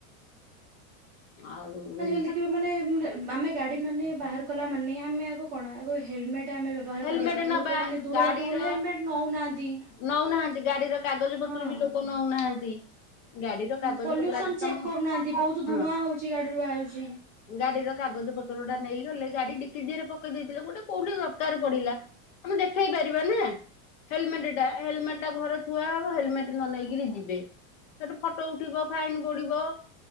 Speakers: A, on the left (about 65°); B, on the right (about 20°).
A: ଆଉ
B: ଆଜ
A: ଏମିତି
B: କାଲି ଦେଖିବା ମାନେ ଆମେ ଗାଡି ମାନେ ବାହାର କଲା ମାନେ ନ ଆମେ ଆଗ କଣ ଆଗ ହେଲମେଟ ଆମେ ବ୍ୟବହାର
A: ହେଲମେଟ
B: କରିବା କଥା
A: ନବା
B: ଲୋକମାନେ ଦୂର
A: ଗାଡିର
B: ବାଟ ଗଲେ ହେଲମେଟ ନଉନାହାନ୍ତି।
A: ନଉନାହାନ୍ତି ଗାଡିର କାଗଜ ପତ୍ର
B: ହଁ।
A: ବି ଲୋକ ନଉନାହାନ୍ତି। ଗାଡି ର କାଗଜ
B: ପଲ୍ୟୁସନ
A: ପତ୍ର <unintelligible>
B: ଚେକ୍ କରୁନାହାନ୍ତି ବହୁତ ଧୂଆଁ ହଉଛି ଗାଡିରୁ ବାହାରୁଛି।
A: ଗାଡିର କାଗଜ ପତ୍ରଟା ନେଇଗଲେ ଗାଡିଡିକି ଧିଅରେ ପ କ ଦେଇଥିଲେ ଗୋଟେ କୋଉଠି ଦ ପଡିଲା ଆମେ ଦେଖେଇ ପାରିବା ନା? ହେଲମେଟଟା ହେଲମେଟଟା ଘରେ ଥୁଆ ହବ ହେଲମେଟ ନ ନେଇକିରି ଯିବେ। ସେଠୁ ଫଟୋ ଉଠିବ ଫାଇନ ବଢିବ